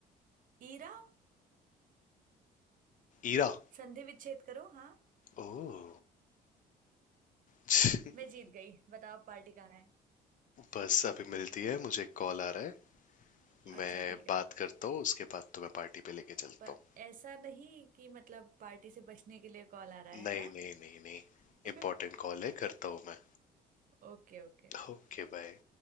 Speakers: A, on the right (about 55°); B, on the left (about 50°).
A: ईरा
B: ईरा
A: संधि विच्छेद करो हाँ
B: ओह <laughs>
A: मैं जीत गई बताओ पार्टी कहाँ है
B: बस अभी मिलती है मुझे कॉल आ रहा है मैं
A: अच्छा ठीक है
B: बात करता हूँ उसके बाद तो मैं पार्टी पे लेके चलता
A: पर
B: हूँ
A: ऐसा नहीं कि मतलब पार्टी से बचने के लिए कॉल आ रहा है
B: नहीं
A: है ना
B: नहीं नहीं नहीं इम्पोर्टेंट
A: <laughs>
B: कॉल है करता हूँ मैं
A: Okay okay
B: Okay bye